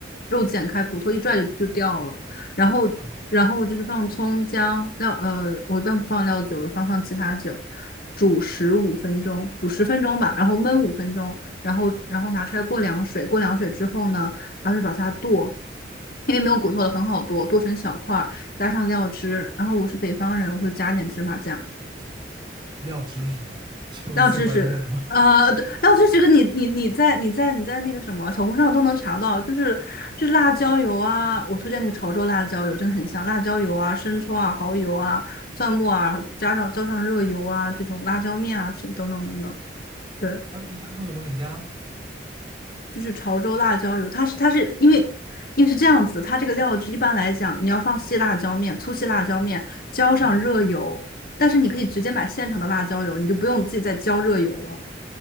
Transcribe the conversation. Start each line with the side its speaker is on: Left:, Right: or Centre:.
Left: 肉剪开，骨头一拽就就掉了。然后，
Right: 哦，
Left: 然后就是放葱姜料，呃，我一般不放料酒，我放放其他酒，煮十五分钟，煮十分钟吧，然后焖五分钟，然后然后拿出来过凉水，过凉水之后呢，然后就把它剁。因为没有骨头的很好剁，剁成小块儿，加上料汁。然后我是北方人，我会加一点芝麻酱。
Right: 料汁是什么呀？<laughs> 这不是最关键的吗？
Left: 绕知识，呃，对，绕知识这个你你你在你在你在那个什么小红书上都能查到，就是就是辣椒油啊，我推荐那个潮州辣椒油，真的很香，辣椒油啊、生抽啊、蚝油啊、蒜末啊，加上浇上热油啊，这种辣椒面啊，是等等等等，
Right: <laughs>
Left: 对，
Right: 啊，你刚说什么很香？
Left: 就是潮州辣椒油，它是它是因为因为是这样子，它这个料汁一般来讲，你要放细辣椒面、粗细辣椒面，浇上热油，
Right: 嗯，
Left: 但是你可以直接买现成的辣椒油，你就不用自己再浇热油了，